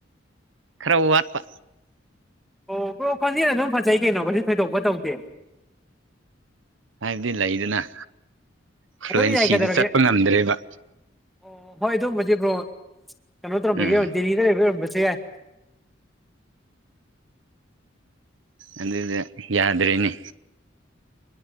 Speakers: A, on the right; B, in the centre.
A: ꯈꯔ ꯋꯥꯠꯄ
B: ꯑꯣ ꯕ꯭ꯔꯣ ꯈꯣꯟꯖꯦꯜ ꯑꯗꯨꯝ ꯐꯖꯩ ꯀꯩꯅꯣ ꯀꯩꯁꯨ ꯊꯣꯏꯗꯣꯛꯄ ꯇꯧꯗꯦ
A: ꯍꯥꯏꯕꯗꯤ ꯂꯩꯗꯅ ꯐ꯭ꯂꯨꯋꯦꯟꯁꯤꯗ
B: ꯑꯗꯨꯝ ꯌꯥꯏ ꯀꯩꯗꯧꯔꯒꯦ
A: ꯆꯠꯄ ꯉꯝꯗ꯭ꯔꯦꯕ
B: ꯑꯣ ꯍꯣꯏ ꯑꯗꯨꯕꯨꯗꯤ ꯕ꯭ꯔꯣ ꯀꯩꯅꯣ ꯇꯧꯔꯝꯕꯒꯤ
A: ꯎꯝ
B: ꯗꯤꯂꯤꯗ ꯂꯩꯕꯩ ꯑꯣꯏꯔꯝꯕꯖꯨ ꯌꯥꯏ
A: ꯑꯗꯨꯗ ꯌꯥꯗ꯭ꯔꯦꯅꯦ